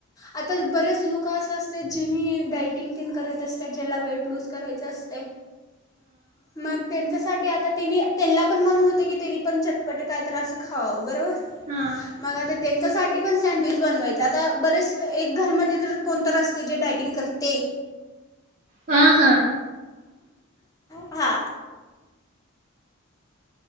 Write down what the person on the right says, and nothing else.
हा
हा हा